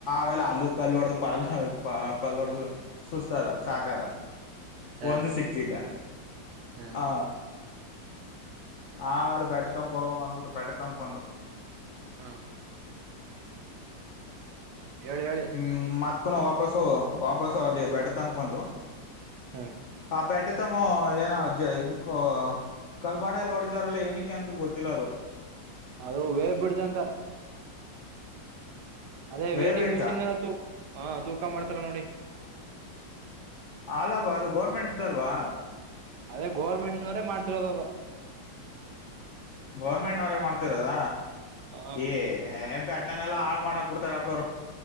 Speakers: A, on the left (about 70°); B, on the right (about 70°).
A: ಆೇಲೆ ಅಲ್ಲೂ ಕಲ್ಲು ಹೊಡ್ದ ಪಲ್ ಪ ಪಲ್ಲ ಹೊಡ್ದ ಸುಸ್ತ ಅದ ಸಾಕ್ದ
B: ಹ್ಮ್ ಹಾ
A: ಒಂದು ಸಿಕ್ಲಿಲ್ಲ
B: ಹಾ
A: ಆ ಆಮೇಲೆ ಬೆಟ್ಟ ತಂಬಕ್ ಹೋಗಮ್ಮ ಅಂದ್ಬಿಟ್ಟು ಬೆಟ್ಟೆ ತಂಬ ಬಂದ
B: ಹಾ ಹೇಳಿ ಹೇಳಿ
A: ಹ್ಮ್ ಮತ್ತ ಪನ ಅ ವಾಪಸು ವಾಪಸು ಅಲ್ಲಿ ಬಡ ತಂಗ ಬಂದು
B: ಹ್ಮ್
A: ಹಾ ಬೇಟೆ ತಮ್ಮ ಏನೋ ಇದಕ್ಕ ಕಲ್ಬಂಡೆ ಎಲ್ಲ ಹೊಡಿದವ್ರಲ್ಲ ಏನಕ್ಕೆ ಅಂತ ಗೊತ್ತಿಲ್ಲ ಅದು
B: ಅದು ವೇರ್ ಬಿಡ್್ದಂತ ಅದೇ
A: ವೇ
B: ವೈಟಿಂಗ್
A: ಬಿಡ್ಜಾ
B: ಮಿಷೀನ್ ಎಲ್ಲ ತ ಹಾ ತೂಕ ಮಾಡ್ತಾರ ನೋಡಿ
A: ಅಲ್ಲಪ್ಪಾ ಅದು ಗೌರ್ಮೆಂಟ್್ದಲ್ವಾ
B: ಅದೇ ಗೌರ್ಮೆಂಟ್ ಅವರೇ ಮಾಡ್ ಮುೋಗ
A: ಗೌರ್ಮೆಂಟ್ ಅವ್ರೇ ಮಾಡ್ತಿರದ
B: ಹ
A: ಈ ಬೆಟ್ಟನೆಲ್ಲ ಹಾಳ ಮಾಡಾಕ್ ಬಿಡ್ತಾರಪ್ಪ ಅವ್ರು